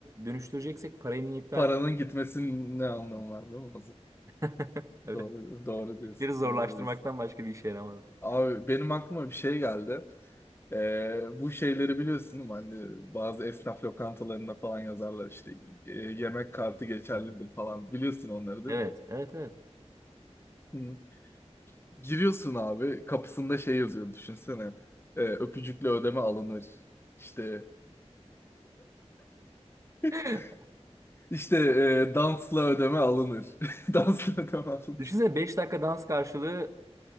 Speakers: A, on the right; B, on the left.
A: dönüştüreceksek parayı niye iptal
B: Paranın
A: et-
B: gitmesinin ne anlamı var değil mi
A: <laughs> Evet.
B: Doğru, doğru
A: İşleri
B: diyorsun,
A: zorlaştırmaktan
B: doğru diyorsun.
A: başka bir işe yaramaz. bu.
B: Abi benim aklıma bir şey geldi. Ee, bu şeyleri biliyorsun değil mi? Hani bazı esnaf lokantalarında falan yazarlar işte e, yemek kartı geçerlidir falan. Biliyorsun onları değil
A: Evet,
B: mi?
A: evet, evet.
B: Hı. Giriyorsun abi kapısında şey yazıyor düşünsene. Ee, öpücükle ödeme alınır. İşte <laughs>
A: <laughs>
B: işte e, dansla ödeme alınır. <laughs> Dansla ödeme alınır.
A: Düşünsene beş dakika dans karşılığı